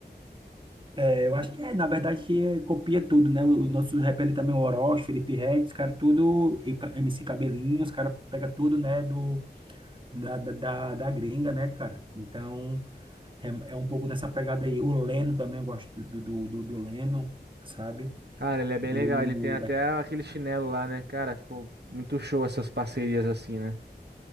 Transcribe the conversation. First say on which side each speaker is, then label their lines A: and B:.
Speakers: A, on the right; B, on the right.
A: É, eu acho que é, na verdade, que é, copia tudo, né? O, o nosso rap ali também, o Orochi, Felipe Ret, os caras tudo, e ca- MC Cabelinho, os caras pega tudo, né, do da, da, da, da gringa, né, cara? Então, é, é um pouco nessa pegada aí. O Leno também, eu gosto do, do, do, do Leno, sabe?
B: Cara, ele é bem
A: Do,
B: legal, ele tem até aquele chinelo lá, né? Cara, ficou muito show essas parcerias assim, né?